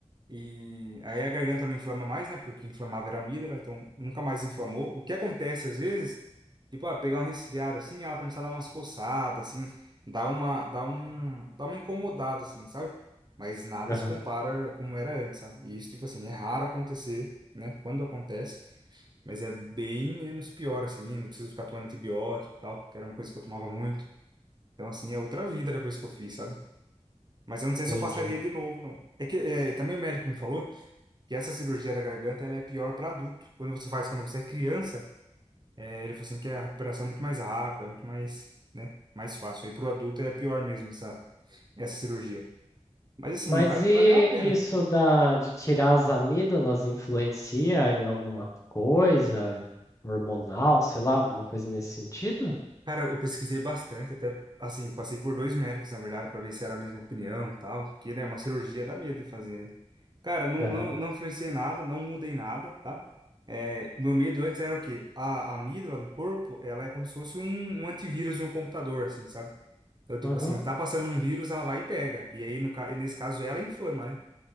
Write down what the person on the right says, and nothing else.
E aí a garganta não inflama mais, né? Porque o que inflamava era a amígdala, então nunca mais inflamou. O que acontece às vezes, tipo, ah, pegar um resfriado assim, ela começa a dar umas coçadas, assim, dá uma, dá um, dá uma incomodada, assim, sabe? Mas nada
se compara como era antes, sabe? E isso, tipo assim, é raro acontecer, né? Quando acontece, mas é bem menos pior, assim, não preciso ficar tomando antibiótico e tal, que era uma coisa que eu tomava muito. Então, assim, é outra vida depois que eu fiz, sabe? Mas eu não sei se
eu passaria de novo, não. É que é, também o médico me falou. Que essa cirurgia da garganta ela é pior para adulto. Quando você faz quando você é criança, é, ele falou assim que a recuperação é muito mais rápida, muito mais, né, mais fácil. E para o adulto é pior mesmo essa, essa cirurgia. Mas assim,
va-
valeu a pena.
Cara, eu pesquisei bastante, até assim, passei por dois médicos, na verdade, para ver se era a mesma opinião e tal, que, né, uma cirurgia dá medo de fazer, né? Cara, não,
não, não influenciei nada, não mudei nada, tá? É, meu medo antes era o quê? A, a amígdala no corpo, ela é como se fosse um, um antivírus de um computador, assim, sabe? Então, tipo
assim, tá passando um vírus, ela vai e pega. E aí, no, ca- e nesse caso, ela inflama, né?